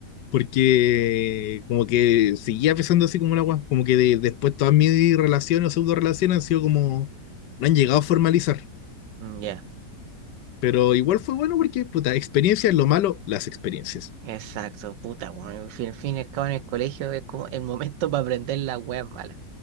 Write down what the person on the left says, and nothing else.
porque como que seguía pensando así como una weá, como que de- después todas mis relaciones o pseudo relaciones han sido como, no han llegado a formalizar,
pero igual fue bueno porque puta, experiencias, lo malo, las experiencias.